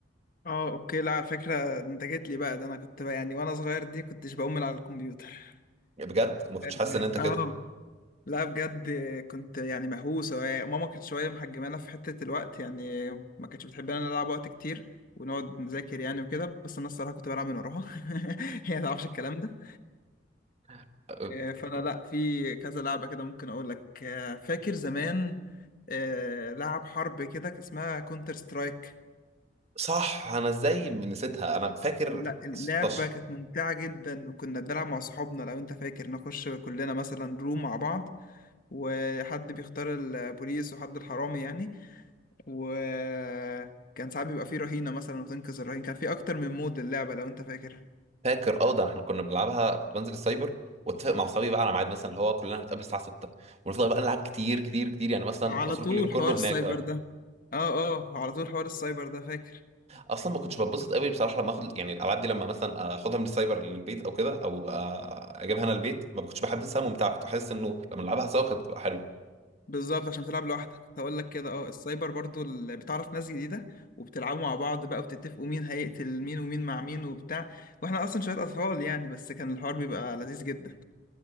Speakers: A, on the left (about 50°); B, on the right (about 35°).
A: اه اوكي لا على فكرة انت جيت لي بقى ده انا كنت بقى يعني وانا صغير دي كنتش بقوم من على الكمبيوتر
B: بجد ما كنتش
A: فاهم؟
B: حاسس ان انت كده
A: اه لا بجد كنت يعني مهووس هو- ماما كانت شوية محجمانا في حتة الوقت يعني ما كانتش بتحبنا نلعب وقت كتير ونقعد نذاكر يعني وكده بس انا الصراحة كنت بلعب من وراها <laughs> هي ما تعرفش الكلام ده
B: <laughs>
A: آه، فانا لا في كذا لعبة كده ممكن اقول لك آه، فاكر زمان آه، لعب حرب كده كان اسمها كونتر سترايك
B: صح انا ازاي نسيتها انا فاكر
A: لا اللعبة
B: 16
A: كانت ممتعة جدا وكنا بنلعب مع صحابنا لو انت فاكر نخش كلنا مثلا روم مع بعض وحد بيختار البوليس وحد الحرامي يعني وكان ساعات بيبقى فيه رهينة مثلا وتنقذ الرهين كان فيه أكتر من مود للعبة لو انت فاكر
B: فاكر اه ده احنا كنا بنلعبها كنت بنزل السايبر واتفق مع اصحابي بقى على ميعاد مثلا اللي هو كلنا هنتقابل الساعه 6 ونفضل بقى نلعب كتير كتير كتير يعني مثلا
A: على
B: مصروف
A: طول
B: اليوم كله
A: حوار السايبر
B: هناك اه
A: ده اه اه على طول حوار السايبر ده فاكر
B: اصلا ما كنتش بتبسط قوي بصراحه لما اخد يعني الالعاب دي لما مثلا اخدها من السايبر للبيت او كده او آه، اجيبها انا البيت ما كنتش بحسها ممتعه كنت حاسس انه لما نلعبها سوا كانت بتبقى حلوه
A: بالظبط عشان بتلعب لوحدك كنت هقول لك كده اه السايبر برضو اللي بتعرف ناس جديده وبتلعبوا مع بعض بقى وبتتفقوا مين هيقتل مين ومين مع مين وبتاع واحنا اصلا شويه اطفال يعني بس كان الحوار بيبقى لذيذ جدا